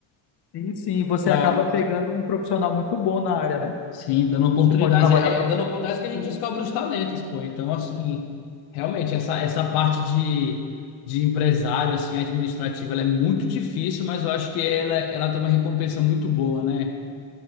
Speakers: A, on the left; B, on the left.
A: Sim, sim, você
B: Pra...
A: acaba pegando um profissional muito bom na área, né?
B: Sim, dando oportunidades.
A: Que pode trabalhar
B: É,
A: para
B: é- é dando
A: você.
B: oportunidades que a gente
A: Sim,
B: descobre os talentos, pô. Então, assim, realmente, essa, essa parte de, de empresário, assim, administrativa, ela é muito difícil, mas eu acho que ela, ela tem uma recompensa muito boa, né?